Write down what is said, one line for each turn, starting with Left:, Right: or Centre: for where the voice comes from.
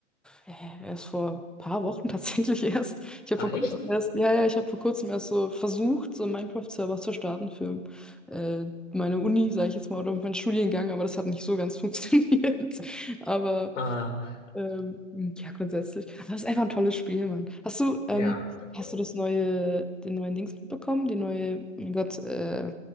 Centre: Äh, erst vor ein paar Wochen <laughs> tatsächlich erst. Ich habe
Left: Ach,
Centre: vor kurzem
Left: echt?
Centre: erst, ja, ja, ich habe vor kurzem erst so versucht, so einen Minecraft-Server zu starten für äh, meine Uni, sage ich jetzt mal, oder meinen Studiengang, aber das hat nicht so ganz <laughs> funktioniert. Aber
Left: Ah,
Centre: ähm, ja, grundsätzlich. Aber es ist einfach ein tolles Spiel, Mann. Hast du, ähm,
Left: Ja, bin ich
Centre: hast
Left: auch.
Centre: du das neue, den neuen Dings mitbekommen? Die neue, mein Gott, äh,